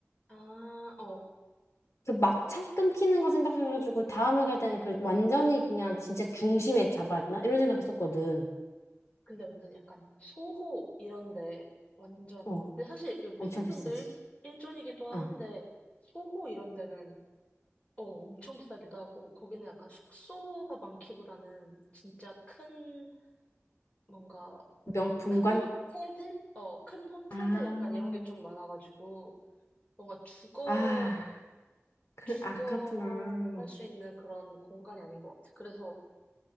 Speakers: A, on the left; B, on the left.
A: 아, 어.
B: 그 막차 끊기는 거 생각해가지고 다음에 갈 때는 그 완전히 그냥 진짜 중심에 잡아야 되나? 이런 생각했었거든.
A: 근데 완전 약간 소호 이런데, 완전.
B: 어,
A: 근데 사실 여기
B: 엄청
A: 패딩턴도
B: 비싸지.
A: 일, 일존이기도
B: 어,
A: 한데, 소호 이런 데는 어, 엄청 비싸기도 하고, 거기는 약간 숙소가 많기보다는 진짜 큰, 뭔가,
B: 명품관?
A: 큰 호텔들? 어, 큰 호텔들
B: 아,
A: 약간 이런 게 좀 많아가지고, 뭔가 주거,
B: 아, 그,
A: 주거
B: 아, 그렇구나.
A: 할 수 있는 그런 공간이 아닌 것 같아. 그래서